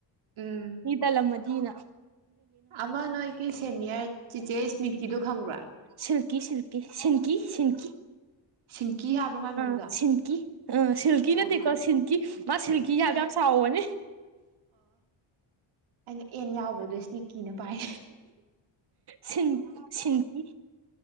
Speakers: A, on the right; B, on the right.
A: ꯎꯝ
B: ꯃꯤ ꯇꯜꯂꯝꯃꯗ ꯃꯤꯅ
A: ꯑꯃ ꯅꯣꯏꯒꯤ ꯁꯦꯅꯤꯌꯔ ꯆꯤꯆꯦ ꯅꯤꯀꯤ ꯗꯣ ꯈꯪꯕ꯭ꯔꯥ
B: ꯁꯤꯜꯀꯤ ꯁꯤꯜꯀꯤ ꯁꯤꯟꯀꯤ ꯁꯤꯟꯀꯤ
A: ꯁꯤꯡꯀꯤ ꯍꯥꯏꯕ꯭ꯔꯥ ꯃꯥ ꯃꯃꯤꯡꯗꯣ
B: ꯑ ꯁꯤꯟꯀꯤ ꯎꯝ ꯁꯤꯜꯀꯤ ꯅꯠꯇꯦꯀꯣ
A: ꯑꯣ ꯑꯩ
B: ꯁꯤꯟꯀꯤ ꯃꯥ ꯁꯤꯜꯀꯤ ꯍꯥꯏꯕ
A: ꯑꯩꯅ
B: ꯌꯥꯝ ꯁꯥꯎꯕꯅꯦ
A: ꯑꯩꯅ ꯑꯦꯟ ꯌꯥꯎꯕꯗꯣꯏ ꯁ꯭ꯅꯤꯀꯤꯅ ꯄꯥꯏ
B: ꯁꯤꯟ ꯁꯤꯟꯀꯤ